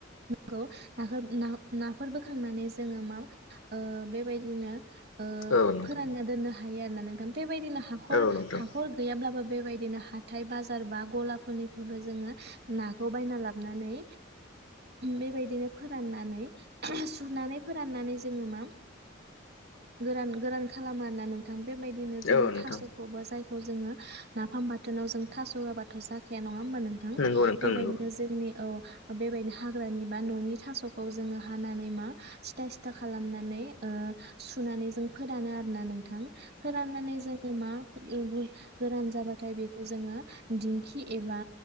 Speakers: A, on the right; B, on the left.
A: खौ नाहो ना नाफोर बोखांनानै जोङो मा ओ बेबायदिनो । ओ
B: औ नोंथां औ नोंथां
A: फोरानना दोननो हा हायो आरोना नोंथां । बेबायदिनो हाखर
B: औ नोंथां
A: हाखर गैयाब्लाबो बेबायदिनो हाथाय बाजार बा गलाफोरनि फायबो जोङो नाखौ बायना लाबनानै बेबायदिनो फोराननानै सुनानै फोराननानै जोङो मा गोरान गोरान खालामो आरोना नोंथां । बेबायदिनो जोङो
B: औ नोंथां
A: थास'खौबो जाय खौ जोङो नाफाम बाथोनाव जोङो थास' होआबाथ' जाखाया नङा होमबा नोंथां?
B: नंगौ नोंथां
A: बेबायदिनो
B: नंगौ
A: जोंनि औ बे बायदिनो हाग्रानि बा न'नि थास'खौ जोङो हानानै मा सिथा सिथा खालामनानै ओ सुनानै जों फोरानो आरोना नोंथा । फोराननानै जों मा! <unintelligible> गोरान जाबाथाय बेखौ जोङो दिंखि एबा